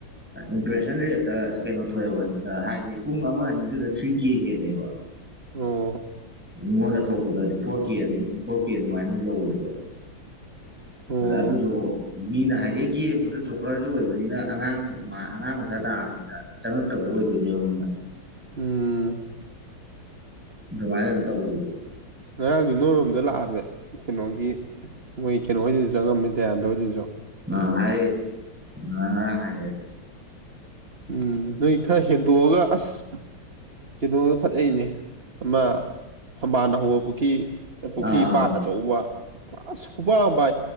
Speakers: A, in the centre; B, on the right.
A: ꯏꯝꯄ꯭ꯔꯦꯁꯟ ꯔꯦꯠꯇ ꯀꯩꯅꯣ ꯊꯣꯛꯕ ꯍꯥꯏꯗꯤ ꯄꯨꯡ ꯑꯃ ꯑꯅꯤꯗꯨꯗ ꯊ꯭ꯔꯤ ꯀꯦ ꯍꯦꯜꯂꯦꯕ
B: ꯑꯣ
A: ꯃꯤꯉꯣꯟꯗ ꯊꯣꯛꯄꯗꯗꯤ ꯐꯣꯔ ꯀꯦ ꯑꯗꯨꯝ ꯐꯣꯔ ꯀꯦ ꯑꯗꯨꯃꯥꯏꯅ ꯌꯧꯋꯦꯕ
B: ꯑꯣ
A: ꯑꯗ ꯑꯗꯨ ꯑꯗꯨꯗꯣ ꯃꯤꯅ ꯍꯥꯏꯗꯤ ꯌꯦꯡꯕꯗ ꯆꯣꯀꯔꯁꯨ ꯑꯣꯏꯕꯅꯤꯅ ꯑꯉꯥꯡ ꯑꯉꯥꯡ ꯃꯆꯥ ꯇꯥꯔꯁꯨ ꯆꯪꯉꯛꯇꯕ ꯑꯣꯏꯗꯣꯏꯅꯦꯕꯅ
B: ꯎꯝ
A: ꯑꯗꯨꯃꯥꯏꯅ ꯇꯧꯕꯈꯤꯕ
B: ꯉꯔꯥꯡꯗꯤ ꯅꯣꯏꯣꯔꯣꯝꯗ ꯂꯥꯛꯑꯝꯃꯦ ꯀꯩꯅꯣꯒꯤ ꯃꯣꯏ ꯀꯩꯅꯣꯍꯣꯏꯁꯤꯁꯨ ꯆꯪꯉꯝꯃꯦ ꯗꯌꯥꯟꯗ ꯍꯣꯏꯗꯁꯨ
A: ꯑ ꯍꯥꯔꯛꯑ ꯍꯥꯏꯔꯥꯛꯑ
B: ꯎꯝ ꯅꯣꯏ ꯈꯔ ꯍꯦꯟꯗꯣꯛꯑꯒ ꯑꯁ ꯀꯩꯅꯣꯗꯣ ꯐꯖꯩꯅꯦ ꯑꯃ ꯊꯝꯕꯥꯜ ꯍꯧꯕ ꯄꯨꯈꯔꯤ ꯄꯨꯈ꯭ꯔꯤ
A: ꯑꯥ
B: ꯄꯥꯠ ꯑꯆꯧꯕ ꯄꯨꯔꯥ ꯈꯨꯄꯥꯝꯕ ꯑꯃ